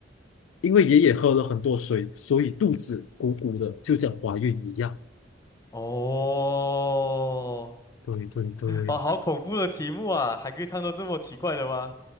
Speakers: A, on the left (about 85°); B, on the left (about 20°).
A: 因为爷爷喝了很多水，所以肚子鼓鼓的，就像怀孕一样。
B: 哦，
A: 对对对，
B: 哇，好恐怖的题目啊！还可以看到这么奇怪的吗？